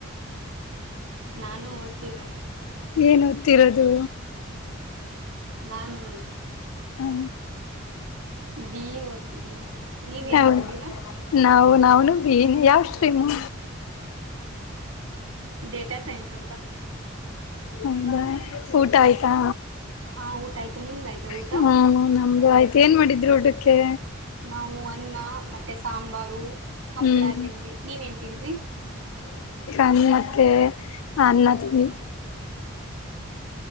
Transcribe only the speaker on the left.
ಏನ್ ಓದುತ್ತಿರುವುದು
ಹ್ಮ
ಹ
ನಾವು ನವುನ ಯಾವಷ್ಟು ತಿಮ್ಮ
ಹೌದಾ ಊಟ ಆಯ್ತಾ
ಹ್ಮ ನಮ್ದು ಆಯ್ತು ಏನ್ ಮಾಡಿದ್ರು ಊಟಕ್ಕೆ
ಹ್ಮ್
ಅನ್ನಕ್ಕೆ ಅನ್ನ ತಿಂದ್ವಿ